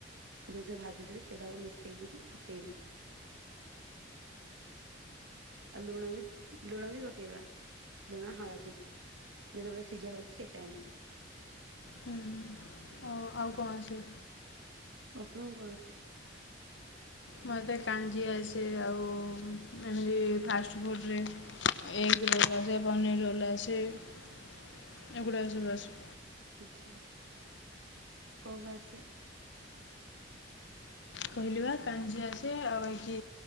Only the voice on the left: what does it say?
ହୁଁ ଆଉ କଣ ଆସେ?
ମତେ କାଞ୍ଜି ଆସେ ଆଉ ଏମିତି ଫାଷ୍ଟଫୁଡ଼ରେ ଏଗ ରୋଲ୍ ଆସେ, ପନିର୍ ରୋଲ ଆସେ ଏଗୁଡାକ ସବୁ ଆସେ।
କହିଲି ବା କାଞ୍ଜିି ଆସେ ଆଉ ବାକି